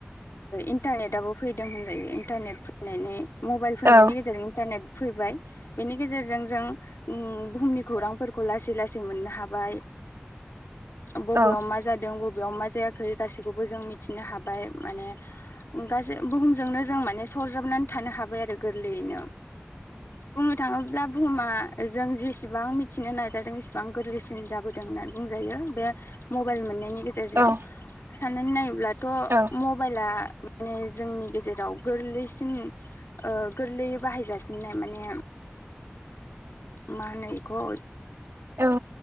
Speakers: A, on the left; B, on the right.
A: इन्टारनेटाबबो फैदों होनजायो इन्टारनेट फैनानै मबाइल फैनायनि
B: औ
A: गेजेरजों इन्टारनेट फैबाय बेनि गेजेरजों जों बुहुमनि खौरांफोरखौ लासै लासै मोननो हाबाय बबेयाव
B: औ
A: मा जादों बबेयाव मा जायाखै गासैखौबो जों मिथिनो हाबाय माने गासै बुहुमजोंनो जों माने सरजाबनानै थानो हाबाय गोरलैयैनो बुंनो थाङोब्ला बुहुमा जों जेसेबां मिथिनो नाजादों एसेबां गोरलैसिन जाबोदों होननानै बुंजायो बे मबाइल मोननायनि गेजेरजों
B: औ
A: सान्नानै नायोब्लाथ' म
B: औ
A: मबाइला माने जोंनि गेजेराव गोरलै बांसिन गोरलैयै बाहायजासिननाय माने मा होनो बेखौ
B: औ